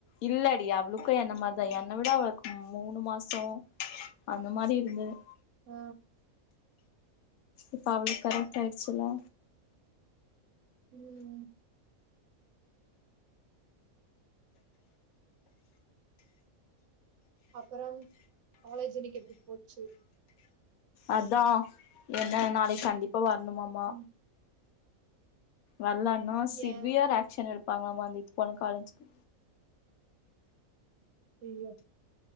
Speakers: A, on the left (about 80°); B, on the right (about 65°).
A: இல்லடி அவ்ளுக் கு என்ன மாறிதா என்ன விட அவளுக்கு மூணு மாசோ அந்த மாறி இருந்தது
B: அ
A: இப்ப அவளுக்கு கரெக்ட் ஆயிடிச்சில்ல
B: ம் அப்புறம் காலேஜ் இன்னைக்கு எப்டி போச்சு
A: அதா என்ன நாளைக்கு கண்டிப்பா வரணுமாம்மா
B: ம்
A: வல்லன்னா சிவியர்
B: ஏ
A: ஆக்ஷன் எடுப்பாங்களாம்மா அந்த இத்து போன காலேஜூக்கு
B: ஐய்யோ